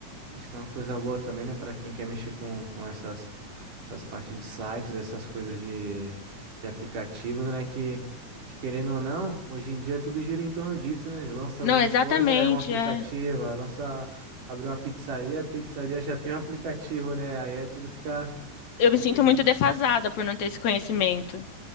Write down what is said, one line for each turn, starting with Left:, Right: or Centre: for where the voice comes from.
Right: Acho que é uma coisa boa também, né, para quem quer mexer com, com essas, essas partes de sites, essas coisas de, de aplicativos, né, que, que querendo ou não, hoje em dia tudo gira em torno disso, né? Lança
Left: Não,
Right: alguma
Left: exatamente,
Right: coisa, é um aplicativo,
Left: é.
Right: lança, abre uma pizzaria, a pizzaria já tem um aplicativo, né? Aí é tudo fica,
Left: eu
Right: fica
Left: me sinto
Right: bem.
Left: muito defasada por não ter esse conhecimento.